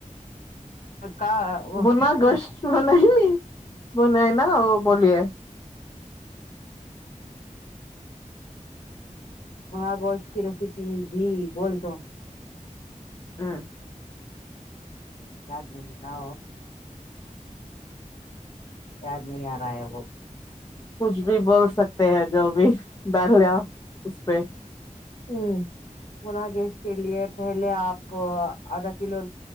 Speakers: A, on the left; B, on the left.
A: کا وہ
B: بنا
A: شیئر
B: گش بنائ نہیں بنائ نہیں ن وہ بولیے
A: گگوش کی ریسیپی جی بول تو
B: ہاں
A: یااد دن نا یاد نہیں آ رہا ہے وہ
B: کچھ بھی بول سکتے ہیں جو بھی ڈالیا اس پہ
A: ہ مناگیش کے لیے پہلے آپ آدھا کلو